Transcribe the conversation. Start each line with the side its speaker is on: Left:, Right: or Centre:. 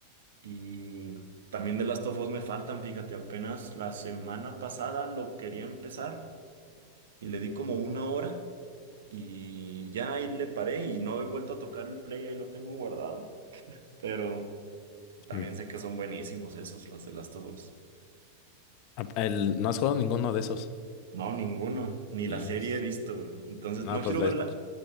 Right: Y también de Last of Us me faltan, fíjate, apenas la semana pasada lo quería empezar y le di como una hora y ya ahí le paré y no he vuelto a tocar el play, ahí lo tengo guardado. Pero también
Left: Sí.
Right: sé que son buenísimos esos, los de Last of Us.
Left: Ah, El, no has jugado ninguno de esos.
Right: No, ninguno, ni
Left: Y...
Right: la serie he visto. güey. Entonces,
Left: No,
Right: no
Left: pues
Right: quiero
Left: de...
Right: verla,